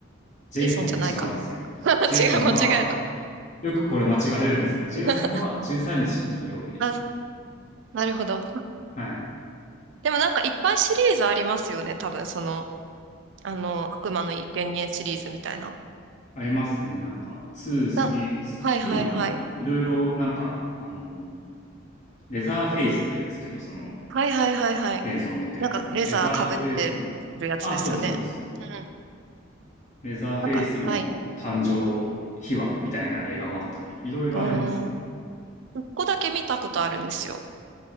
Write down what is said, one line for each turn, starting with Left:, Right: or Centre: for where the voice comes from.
Left: JSON
Right: ジェイソンじゃないか。
Left: は違うんですよ。
Right: <laughs>
Left: JSON
Right: 違う、間違えた。
Left: は、<laughs> よくこれ間違われるんですけど、JSON
Right: <laughs>
Left: は13日の金曜日ですね。
Right: あ、なるほど。
Left: はい。
Right: でもなんかいっぱいシリーズありますよね。多分その、あの、悪魔の生贄シリーズみたいな。
Left: ありますね。なんか、2、3、3はないかないろいろ、
Right: なん、はいはいはい。
Left: なんか、あのーレザーフェイスって言うんですけど、その、
Right: はいはいはいはい。
Left: チェーンソーを持ってるやつが。
Right: なんかレザーかぶってるやつですよね。
Left: レザーフェイスの、あ、そうです、そうです。
Right: うん。
Left: レザーフェイスの誕生秘話みたいな映画もあったり、
Right: なんか、はい。
Left: いろいろありますね。
Right: うーん。一個だけ見たことあるんですよ。